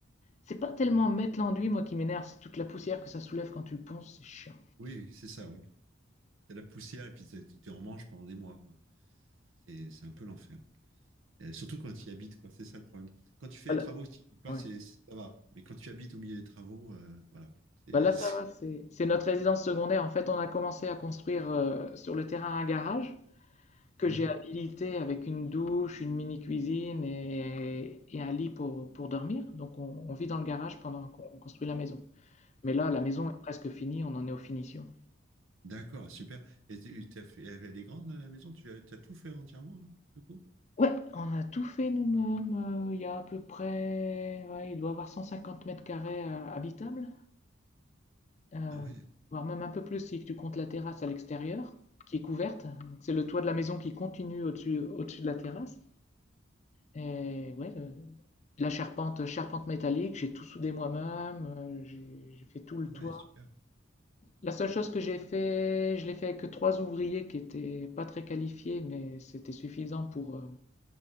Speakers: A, on the left; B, on the right.
A: C'est pas tellement mettre l'enduit, moi, qui m'énerve, c'est toute la poussière que ça soulève quand tu le ponces, c'est chiant.
B: oui, c'est ça, oui. C'est la poussière et puis t'es- tu en manche pendant des mois, quoi. C'est c'est un peu l'enfer. Et surtout quand tu y habites, quoi. C'est ça le problème. Quand tu fais
A: Voilà.
B: les travaux, si tu n'y habites pas,
A: Ouais.
B: c'est, ça va. Mais quand tu habites au milieu des travaux, euh, voilà. C'est,
A: Bah là,
B: c'est-
A: ça va, c'est c'est notre résidence secondaire. En fait, on a commencé à construire euh, sur le terrain un garage que
B: Hmm.
A: j'ai habilité avec une douche, une mini-cuisine et, et un lit pour, pour dormir. Donc, on, on vit dans le garage pendant qu'on construit la maison. Mais là, la maison est presque finie, on en est aux finitions.
B: D'accord, super. Et tu as fait, elle est grande, la maison? Tu as, tout fait entièrement, alors, du coup?
A: Ouais, on a tout fait nous-mêmes. euh, Il y a à peu près, ouais, il doit y avoir 150 mètres carrés euh, habitables. Heu,
B: Ah ouais,
A: voire même un peu plus si tu comptes la terrasse à l'extérieur, qui est couverte. c'est le toit de la maison qui continue au-dessus au-dessus de la terrasse et ouais, le la charpente, charpente métallique, j'ai tout soudé moi-même, heu, j'ai j'ai fait tout le
B: ah ouais,
A: toit.
B: super.
A: La seule chose que j'ai fait, je l'ai fait avec 3 ouvriers qui étaient pas très qualifiés, mais c'était suffisant pour, heu,